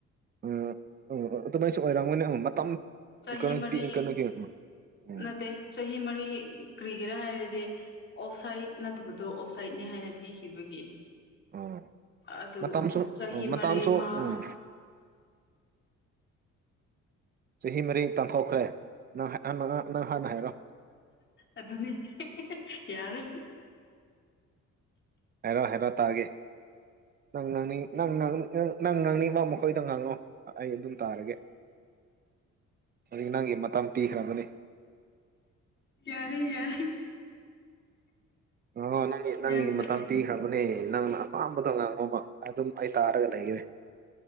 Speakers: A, on the right; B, on the left.
A: ꯎꯝ ꯑꯣ ꯑꯗꯨꯃꯥꯏꯁꯨ ꯑꯣꯏꯔꯝꯒꯅꯤ ꯑ ꯃꯇꯝ
B: ꯆꯍꯤ
A: ꯀꯩꯅꯣ
B: ꯃꯔꯤ
A: ꯄꯤꯛꯏ ꯀꯩꯅꯣꯒꯤ ꯎꯝ ꯎꯝ
B: ꯅꯠꯇꯦ ꯆꯍꯤ ꯃꯔꯤ ꯀ꯭ꯔꯤꯒꯦꯔꯥ ꯍꯥꯏꯔꯗꯤ ꯗꯤ ꯑꯣꯞꯁꯥꯏꯠ ꯅꯠꯇꯕꯗꯣ ꯑꯣꯞꯁꯥꯏꯠꯅꯦ ꯍꯥꯏꯅ ꯄꯤꯈꯤꯕꯒꯤ
A: ꯎꯝ
B: ꯑꯗꯨ
A: ꯃꯇꯝꯁꯨ
B: ꯆꯍꯤ
A: ꯃꯇꯝꯁꯨ
B: ꯃꯔꯤ ꯑꯃ <inaudible> <unintelligible>
A: ꯎꯝ ꯆꯍꯤ ꯃꯔꯤ ꯇꯥꯟꯊꯣꯛꯈ꯭ꯔꯦ ꯅꯪ ꯅꯪ ꯍꯥꯟꯅ ꯍꯥꯏꯔꯣ
B: ꯑꯗꯨꯅꯤ ꯌꯥꯔꯦ
A: ꯍꯥꯏꯔꯣ ꯍꯥꯏꯦꯔꯣ ꯇꯥꯒꯦ ꯅꯪ ꯉꯥꯡ ꯅꯪ ꯅꯪ ꯉꯥꯡꯅꯤꯡ ꯃꯥ ꯃꯈꯣꯏꯗ ꯉꯥꯡꯉꯣ ꯑꯩ ꯑꯗꯨꯝ ꯇꯥꯔꯒꯦ
B: <unintelligible> <inaudible>
A: ꯍꯧꯖꯤꯛ ꯅꯪꯒꯤ ꯃꯇꯝ ꯄꯤꯈ꯭ꯔꯕꯅꯤ
B: ꯌꯥꯔꯦ ꯌꯥꯔꯦ
A: ꯑꯣ ꯅꯪ ꯅꯪꯒꯤ
B: ꯌꯥꯖꯔꯒꯦ
A: ꯃꯇꯝ ꯄꯤꯈ꯭ꯔꯕꯅꯦ ꯅꯪꯅ ꯑꯄꯥꯝꯕꯗꯣ ꯉꯥꯡꯉꯕ ꯑꯗꯨꯝ ꯑꯩ ꯇꯥꯔꯒ ꯂꯩꯈ꯭ꯔꯦ